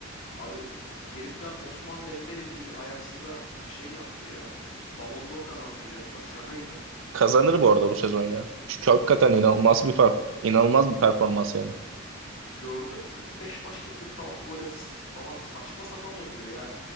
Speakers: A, on the left; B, on the right.
A: Abi herifler Osman Dembele gibi bir ayaksıza şey yaptı ya. Ballon d'Or kazandıracaklar şaka gibi.
B: Kazanır bu arada bu sezon ya. Çünkü hakikaten inanılmaz bir fark. inanılmaz bir performans yani.
A: Gördüm 45 maçta 46 gol asist falan saçma sapan oynuyor ya.